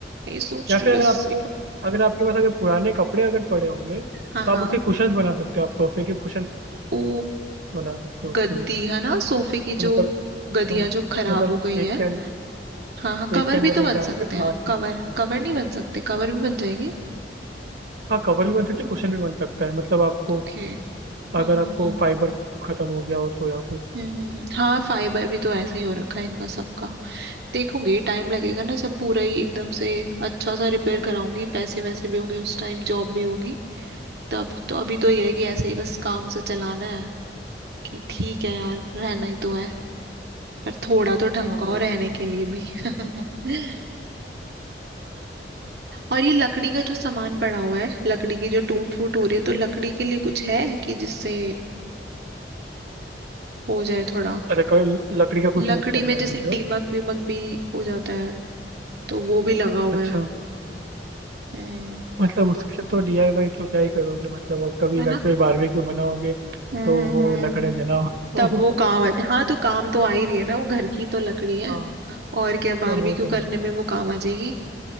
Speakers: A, on the right; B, on the right.
A: नहीं सोच
B: या फिर
A: रही हूँ
B: अगर
A: रस्सी
B: आपके
A: का
B: अगर आपके पास अगर पुराने कपड़े अगर पड़े होंगे
A: हाँ
B: तो आप
A: हाँ
B: उसके कुशन्स बना सकते हो आप सोफे के कुशन्स
A: ओ
B: बना सकते हो उसके
A: गद्दी
B: लिए
A: है ना सोफे की
B: तो
A: जो
B: मतलब
A: गदिया
B: अ,
A: जो खराब
B: मतलब
A: हो गई
B: एक
A: है
B: के अंदर
A: हाँ हाँ कवर
B: एक के अंदर
A: भी तो बन
B: एक डाल
A: सकते
B: के फिर
A: हैं
B: लास्ट
A: कवर
B: में
A: कवर नहीं बन सकते कवर भी बन जाएंगे
B: हाँ कवर भी बन सकते कुशन भी बन सकता है मतलब आपको
A: ओके हम्म
B: अगर आपको
A: हम्म हम्म
B: फाइबर खत्म हो गया हो तो या कुछ
A: हम्म, हम्म, हम्म। हाँ फाइबर भी तो ऐसे ही हो रखा है इनका सबका देखूंगी टाइम लगेगा ना जब पूरा ही एकदम से अच्छा सा रिपेयर कराऊंगी पैसे वैसे भी होंगे उस टाइम जॉब भी होगी तब तो अभी तो यह है कि ऐसे ही बस काम से चलाना है कि ठीक है यार रहना ही तो है पर थोड़ा तो ढंग
B: हाँ
A: का
B: वो
A: हो रहने
B: भी है
A: के लिए भी <laughs> और ये लकड़ी का जो सामान पड़ा हुआ है लकड़ी की जो टूट फूट हो रही है तो लकड़ी के लिए कुछ है कि जिससे हो जाए थोड़ा
B: अच्छा कल लकड़ी का कुछ
A: लकड़ी
B: यूज करना
A: में जैसे
B: बोल
A: दीमक
B: रहे हो
A: वीमक भी हो जाता है तो वो भी लगा हुआ
B: अच्छा
A: है हम्म
B: मतलब उसके तो डीआईवाई तो क्या ही करोगे मतलब और कभी
A: है
B: घर
A: ना
B: पे बारबेक्यू बनाओगे
A: हम्म
B: तो
A: हम्म
B: वो
A: हम्म।
B: लकड़े जलाओ
A: तब वो काम
B: <laughs>
A: आ हाँ तो काम तो आ ही रही है ना वो घर की तो लकड़ी है
B: हाँ
A: और क्या बारबेक्यू
B: हाँ वो तो
A: करने
B: है
A: में वो काम आ जाएगी